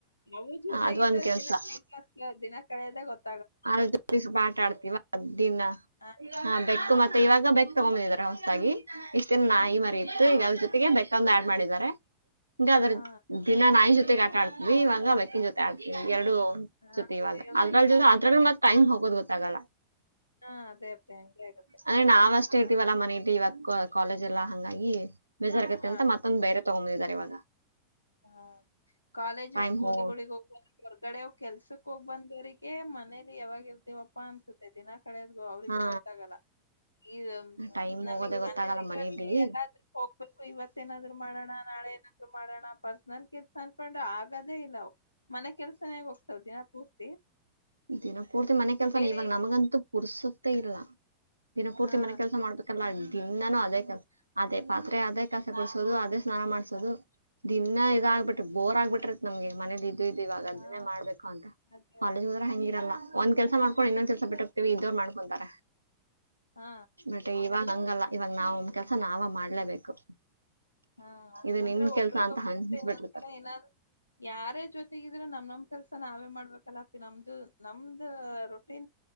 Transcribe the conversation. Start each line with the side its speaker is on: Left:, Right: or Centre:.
Left: ನಾವ ಜೊತೆಗಿದ್ರೆ
Right: ಅದು ಒಂದ್ ಕೆಲ್ಸ
Left: ದಿನ ಟೈಮ್ ಪಾಸ್ ಆಗಿ ದಿನ ಕಳೆದಗೊತ್ತ.
Right: ಅದರ ಜೋತೆ ಸ್ವಲ್ಪ ಆಟಾ ಆಡ್ತಿವಾ ದಿನ
Left: ಹಾ
Right: ಹ ಬೆಕ್ಕು
Left: ಹಾ
Right: ಮತ್ತೆ ಇವಾಗ ಬೆಕ್ಕ್. ತಗೊ ಬಂದಿದ್ದಾರೆ ಹೊಸದಾಗಿ ಇಸ್ಟ್ ದಿನ
Left: ಹಾ
Right: ನಾಯಿ ಮರಿ ಇತ್ತು ಈಗ ಅದ್ರ ಜೊತೆಗೆ ಬೆಕ್ಕೊಂದ ಯಾಡ್ ಮಾಡಿದ್ದಾರೆ ಹಿಂಗ ಅದ್ರ
Left: ಹಾ
Right: ದಿನ ನಾಯಿ ಜೊತೆಗೆ ಆಟಾ ಆಡ್ತಿದ್ವಿ ಇವಾಗ ಬೆಕ್ಕಿನ ಜೊತೆ ಆಡ್ತೀವಿ ಎರಡು ಅನಸ್ತು
Left: ಹಾ
Right: ಇವಾಗ
Left: ಅಯ್ಯೋ
Right: ಅದ್ರಲ್
Left: ಬೆಕ್ಕಿನ
Right: ಜೊ ಅದ್ರಲ್ಲಿ ಮತ್ ಟೈಮ್ ಹೋಗೋದು ಗೊತ್ತಾಗಲ್ಲ
Left: ಹಾ ಅದೇ ಅಪ್ಪಿ ಅಂಗೇ ಅದ
Right: ಅಂದ್ರೆ ನಾವ್ ಅಷ್ಟೇ ಇರ್ತಿವಲ್ಲಾ ಮನೆಲಿ ಇವಾಗ ಕಾಲೇಜ್ ಎಲ್ಲಾ ಹಂಗಾಗಿ ಬೇಜಾರ್ಗತ್ತೆ
Left: ಹಾ
Right: ಅಂತ ಮತ್ತೊಂದ್ ಬೇರೆ <unintelligible> ತಗೊಂಡ್ಬಂದಿದ್ದಾರೆ ಇವಾಗ
Left: ಹಾ ಕಾಲೇಜು,
Right: ಟೈಮ್
Left: ಸ್ಕೂಲ್ಗಳಿಗ
Right: ಹೋ
Left: ಹೋಗವಾಗ ಹೊರ್ಗಡೆ ಕೆಲ್ಸಕ್ಕ ಹೋಗ್ ಬಂದವರಿಗೆ ಮನೇಲಿ ಯಾವಾಗ ಇರ್ತವಪ್ಪಾ ಅನ್ಸುತ್ತೆ ದಿನಾ ಕಳೆದ್ಗು ಅವ್ರರಿಗೂ
Right: ಹಾ
Left: ಗೊತ್ತಾಗಲ್ಲ ಇದು
Right: ಟೈಮ್
Left: ನಮಗ್
Right: ಹೋಗೋದೇ ಗೊತ್ತಾಗಲ್ಲ
Left: ಮನೇಲಿ ಇರೋರಿಗೆ
Right: ಮನೇಲಿ
Left: ಎಲ್ಲಾದ್ರೂ ಹೋಗ್ಬೇಕು ಇವತ್ತು ಮತ್ತ ಏನಾದ್ರು ಮಾಡೋಣ ನಾಳೆ ಏನಾದ್ರು ಮಾಡೋಣ ಪರ್ಸನಲ್ ಕೆಲ್ಸ ಅನ್ಕೊಂಡ್ ಆಗದೇ ಇಲ್ಲ ಅವು ಮನೆ ಕೆಲ್ಸನೇ ಹೋಗ್ತಾವ ದಿನ ಪೂರ್ತಿ
Right: ದಿನಪೂರ್ತಿ ಮನೆ ಕೆಲ್ಸಾನೇ
Left: ಬೇರೆ
Right: ಇವಾಗ
Left: ಏನು
Right: ನಮಗಂತೂ ಪುರ್ಸುತ್ತೆ ಇಲ್ಲ ದಿನಪೂರ್ತಿ
Left: ಹಾ
Right: ಮನೆ ಕೆಲ್ಸ ಮಾಡ್ಬೇಕ್ <inaudible> ದಿನ್ನಾನು ಅದೇ ಕೆಲಸ ಅದೇ ಪಾತ್ರೆ, ಅದೇ ಕಸಗು ಡಸೋದು ಅದೇ ಸ್ನಾನ ಮಾಡ್ಸೋದು ದಿನ್ನ ಇದಾಗಗ್ಬಿಟ
Left: ಹಾ
Right: ಬೋರ್ ಆಗ್ಬಿಟ್ರಿತೆ ನಮ್ಗೆ ಈ ಮನೆಲಿ ಅದು ಇದು ಇವಾಗ ಅದನ್ನೇ
Left: ಹಾ
Right: ಮಾಡ್ಬೇಕು ಅಂತ
Left: ಅದೇ
Right: ಕಾಲೇಜ್
Left: ಅದೇ
Right: ಹೋದ್ರ
Left: ಹಂಗೆ
Right: ಹಂಗಿರಲ ಒಂದ್ ಕೆಲ್ಸ ಮಾಡಕೊಂಡು ಇನ್ನೊಂದ ಕೆಲ್ಸ ಬಿಟ್ಟೋಗ್ತೀವಿ ಇದ್ದೋರು ಮಾಡ್ಕೊಂತಾರೆ
Left: ಹಾ
Right: ಬಟ್ ಇವಾಗ ಅಂಗಲ್ಲ ಇವಾಗ ನಾವ್ ಕೆಲ್ಸ ನಾವ ಮಾಡ್ಲೇಬೇಕು
Left: ಹಾ
Right: ಇದು
Left: ಅಂದ್ರೆ
Right: ನಿಮ್ ಕೆಲ್ಸ
Left: ಒಬ್ರಿಗ್
Right: ಅಂತ
Left: ಒಬ್ರ
Right: ಹಂಚ್ಬಿಟ್ಟಿರ್ತಾರ
Left: <inaudible> ಏನಾದ್ರು ಯಾರೇ ಜೊತೆಗಿದ್ರರು ನಮ್ ನಮ್ ಕೆಲ್ಸ ನಾವೇ ಮಾಡ್ಬೇಕಲ್ಲ ಅಪಿ ನಮ್ದು ನಮ್ದ ರೊಟ್ಟಿ